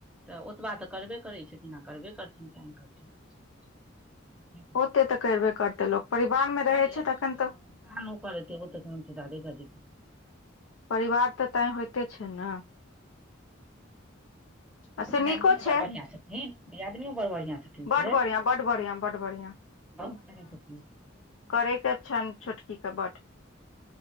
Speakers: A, in the centre; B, on the left (about 80°).
A: तऽ ओतबा तऽ करबे करै छथिन आ करबे करथिन किए ने करथिन
B: ओते तऽ करबे करते लोक परिवार मे रहै
A: करन
B: छै तखन तऽ
A: ओ करै ओ तऽ कोन छै दादे दादी
B: परिवार तऽ तैं होइते छै ने आ
A: ह
B: से
A: दियदनीओ
B: नीको छै
A: बड़ बढ़िआँ छथिन दियदनीओ बड़ बढ़िआँ छथिन
B: बड
A: से
B: बढ़ियां
A: बहुत
B: बड बढ़ियां बड बढ़ियां
A: तरहके
B: करय के छनि छोटकी के बड